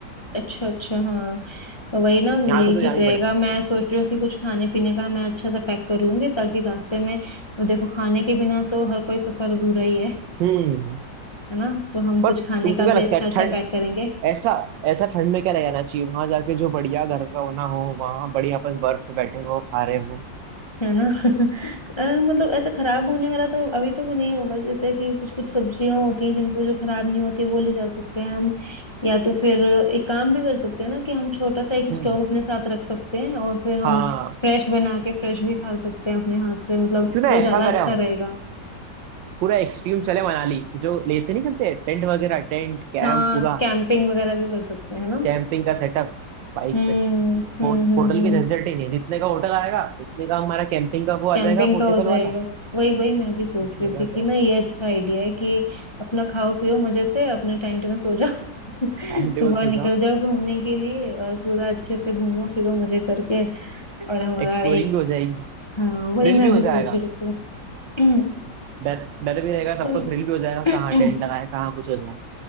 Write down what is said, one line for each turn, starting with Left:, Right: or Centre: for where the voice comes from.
Left: अच्छा अच्छा हाँ तो वही ना
Right: यहाँ
Left: यही
Right: से तो
Left: ठीक
Right: जानी
Left: रहेगा
Right: पड़ेगी
Left: मैं सोच रही हूँ कि कुछ खाने पीने का मैं अच्छा सा पैक कर लूंगी ताकि रास्ते में अब देखो खाने के बिना तो हर कोई सफर अधूरा ही है
Right: हम्म
Left: है ना तो हम
Right: पर
Left: कुछ
Right: तुमको
Left: खाने का
Right: क्या
Left: भी
Right: लगता
Left: अच्छा
Right: है
Left: अच्छा
Right: ठंड
Left: पैक करेंगे
Right: ऐसा ऐसा ठंड में क्या ले जाना चाहिए वहां जाके जो बढ़िया घर का होना हो वहां बढ़िया अपन बर्फ पे बैठे हो खा रहे हो
Left: है ना <laughs> अ, मतलब ऐसा खराब होने वाला तो अभी तो वो नहीं होगा जैसे कि कुछ कुछ सब्जियां होती हैं जिनको जो खराब नहीं होती है वो ले जा सकते हैं हम या तो फिर एक काम भी कर सकते हैं ना कि हम छोटा सा एक
Right: हम्म
Left: स्टोव अपने साथ रख सकते हैं और फिर हम
Right: हाँ
Left: फ्रेश बना के फ्रेश भी खा सकते हैं अपने हाथ से मतलब
Right: क्यों ना
Left: वो
Right: ऐसा
Left: ज्यादा
Right: करें
Left: अच्छा
Right: हम
Left: रहेगा
Right: पूरा एक्सट्रीम चले मनाली जो लेते नहीं चलते टेंट वगैरह टेंट कैंप
Left: हाँ
Right: पूरा
Left: कैंपिंग वगैरह भी कर सकते हैं ना
Right: कैंपिंग का सेटअप बाइक
Left: हम्म
Right: पे
Left: हम्म
Right: हो,
Left: हम्म
Right: होटल
Left: हम्म
Right: की झंझट ही नहीं है जितने का होटल आएगा उतने का हमारा कैंपिंग का वो आ
Left: कैंपिंग
Right: जाएगा पोर्टेबल
Left: का हो जाएगा
Right: वाला
Left: वही वही मैं भी सोच
Right: उतने
Left: रही
Right: का
Left: थी कि ना ये अच्छा आइडिया है कि अपना खाओ पियो मजे से अपने टेंट में सो जाओ <laughs>
Right: टाइम टेबल
Left: सुबह
Right: सोचा
Left: निकल जाओ घूमने के लिए और पूरा अच्छे से घूमो फिरो मजे करके और हमारा
Right: एक्सप्लोरिंग
Left: एक
Right: भी हो जाएगी
Left: हाँ
Right: थ्रिल
Left: वही मैं
Right: भी हो
Left: भी
Right: जाएगा
Left: सोच रही थी <clears throat>
Right: डर डर भी रहेगा सबको
Left: तो,
Right: थ्रिल भी हो जाएगा
Left: <clears throat>
Right: कहाँ टेंट लगाए कहाँ कुछ हो जाए